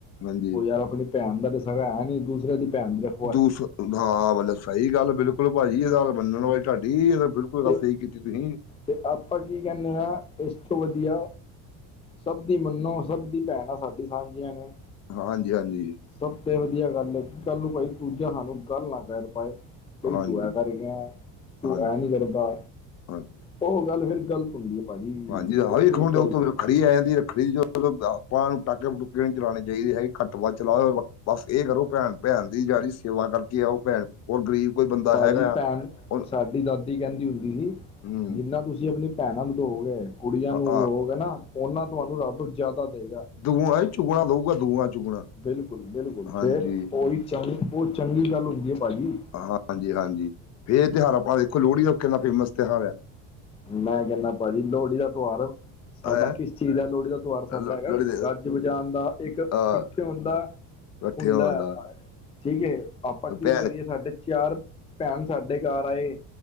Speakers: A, on the left; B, on the left.
A: ਹਾਂਜੀ
B: ਉਹ ਯਾਰ ਆਪਣੀ ਭੈਣ ਦਾ ਤਾਂ ਸਗਾ ਹੈ ਨੀ ਦੂਸਰੇ ਦੀ ਭੈਣ ਦੀ ਰੱਖੜੀ
A: ਦੂਸ ਹਾਂ ਮਤਲਬ ਸਹੀ ਗੱਲ ਬਿਲਕੁਲ ਭਾਜੀ ਇਹਦਾ ਮੰਨਣ ਵਾਲੀ ਤੁਹਾਡੀ ਇਹਦਾ ਬਿਲਕੁਲ। ਕੋਈ
B: ਤੇ
A: ਗੱਲ ਸਹੀ ਕੀਤੀ ਤੁਸੀਂ।
B: ਤੇ ਆਪਾਂ ਕੀ ਕਹਿੰਦੇ ਹਾਂ ਇਸ ਤੋਂ ਵਧੀਆ ਸਭ ਦੀ ਮੰਨੋ ਸਭ ਦੀ ਭੈਣਾਂ ਸਾਡੀ ਸਾਂਝੀਆਂ ਨੇ।
A: ਹਾਂਜੀ ਹਾਂਜੀ।
B: ਸਭ ਤੇ ਵਧੀਆ ਗੱਲ ਹੈ ਕਿ ਕੱਲ ਨੂੰ ਕੋਈ ਦੂਜਾ ਸਾਨੂੰ ਗੱਲ ਨਾ ਕਹਿ ਪਾਏ। ਬਈ
A: ਹਾਂਜੀ
B: ਤੂੰ ਐਂ ਕਰਕੇ ਤੂੰ
A: ਹਾਂਜੀ
B: ਐ ਨਹੀਂ ਕਰਦਾ
A: ਹਾਂਜੀ
B: ਉਹ ਗੱਲ ਫਿਰ ਗਲਤ ਹੁੰਦੀ ਹੈ ਭਾਜੀ।
A: ਹਾਂਜੀ ਆਾਹ
B: ਬਿਲਕੁਲ
A: ਵੀਖਾਡ ਡ
B: ਗ਼ਲਤ
A: ਉ ਰੱਖੜੀ ਆ ਜਾਂਦੀ ਰੱਖੜੀ ਦੀ ਚ ਪਾਣੀ ਨੂੰ ਪਟਾਕੇ ਪਟੂਕੇ ਨੀ ਚਲਾਉਣੇ ਚਾਹੀਦੀ ਹੈਗੀ ਘੱਟ ਵੱਧ ਚਲਾ। ਬਸ ਇਹ ਕਰੋ ਭੈਣ ਭੈਣ ਦੀ ਜੜੀ ਸੇਵਾ ਕਰਕੇ ਆ ਉਹ ਭੈਣ ਕੋਲ ਗਰੀਬ ਕੋਈ ਬੰਦਾ
B: ਭਾਜੀ
A: ਹੈਗਾ
B: ਭੈਣ
A: ਉਹ
B: ਸਾਡੀ ਦਾਦੀ ਕਹਿੰਦੀ ਹੁੰਦੀ ਸੀ
A: ਹੂੰ
B: ਜਿੰਨਾ ਤੁਸੀਂ ਆਪਣੀ ਭੈਣਾਂ ਨੂੰ ਦੋਗੇ ਕੁੜੀਆਂ
A: ਹਾਂ
B: ਨੂੰ
A: ਹਾਂ
B: ਦੋਗੇ ਨਾ ਉਹਨਾਂ ਤੁਹਾਨੂੰ ਰੱਬ ਜ਼ਿਆਦਾ ਦੇਵੇਗਾ।
A: ਦੂ ਇਹ ਚੁਗਣਾ ਦਊਗਾ ਦੂਆਂ ਚੁਗਣਾ।
B: ਬਿਲਕੁਲ ਬਿਲਕੁਲ
A: ਹਾਂਜੀ
B: ਫੇਰ ਉਹੀ ਚੰ ਉਹ ਚੰਗੀ ਗੱਲ ਹੁੰਦੀ ਹੈ ਭਾਜੀ।
A: ਹਾਂਜੀ ਹਾਂਜੀ ਫੇਰ ਤਿਉਹਾਰ ਆਪਾਂ ਦੇਖੋ ਲੋਹੜੀ ਦਾ ਕਿੰਨਾ ਫੇਮਸ ਤਿਉਹਾਰ ਹੈ।
B: ਮੈਂ ਕਹਿੰਦਾ ਭਾਜੀ ਲੋਹੜੀ ਦਾ ਤਿਉਹਾਰ ਸਾਡਾ
A: ਹੈ
B: ਕਿਸ ਚੀਜ਼ ਹੈ ਲੋਹੜੀ ਦਾ ਤਿਉਹਾਰ ਸਾਡਾ
A: ਲੋਹੜੀ
B: ਹੈਗਾ
A: ਦੇ
B: ਗੱਜ ਵਜਾਉਣ ਦਾ ਇੱਕ ਇਕੱਠੇ
A: ਅਹ
B: ਹੁੰਦਾ
A: ਇਕੱਠੇ
B: ਹੁੰਦਾ
A: ਹੋਣ ਦਾ
B: ਠੀਕ ਹੈ ਆਪਾਂ ਕੀ
A: ਭੈਣ
B: ਕਰੀਏ ਸਾਡੇ ਚਾਰ ਭੈਣ ਸਾਡੇ ਘਰ ਆਏ